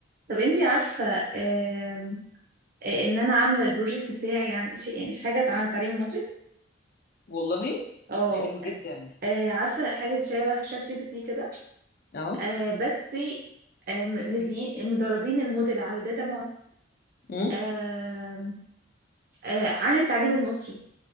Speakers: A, on the right (about 50°); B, on the left (about 50°).
A: طب انتي عارفة آم، آه، ان انا عاملة البروجكت بتاعي عن شيء يعني حاجة عن التعليم المصري
B: والله
A: اه
B: ده حلو جدا
A: آه، عارفة حاجة شبه شات جي بي تي كده
B: اه
A: آه، بس آم، مدي- مدربين الموديل على داتا
B: امم
A: معينة آه، عن التعليم المصري